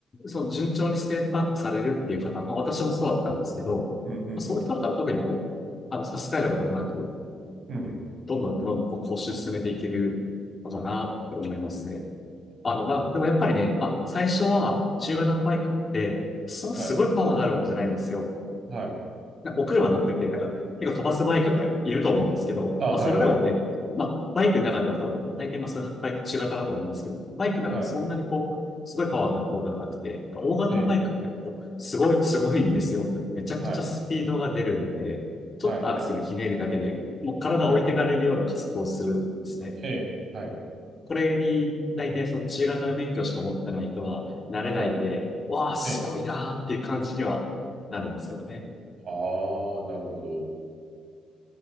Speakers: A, on the left (about 35°); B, on the right (about 55°).
A: そう、順調にステップアップされるっていう方、まあ私もそうだったんですけど、
B: うん、うん、
A: まあ、そういう人だったら特にこう、あの、差し支えることもなく、
B: うん。
A: どんどんどんどんこう講習進めていけるのかなって思いますね。あの、
B: なるほど。
A: まあ、でもやっぱりね、まあ、最初は中型のバイクって、そのすごいパワーがあるわけじゃないんですよ。
B: はい、はい。
A: なお車乗ってて、なんか、結構飛ばすバイクとかいると思うんですけど、
B: あ、はいはい。
A: まあ、それでもね、まあ、バイクの中では多分、大体まあ、そういうバイク中型だと思うんですけど、バイクの中ではそんなにこう、
B: はい。
A: すごいパワーがある方ではなくて、大型のバイクってこう、
B: ええ、
A: すごい、すごいんですよ。めちゃくちゃスピードが出るんで、
B: はい、
A: ちょっとアクセルひねるだけで、
B: はい、はい、
A: もう体を置いてかれるような加速をするんですね。
B: はい。ええ、はい、
A: これに、大体その中型の免許しか持ってない人は、慣れないんで、
B: はい。
A: わあ、すごいなーっていう感じにはなるんですけどね。
B: ええ。ああ、なるほど。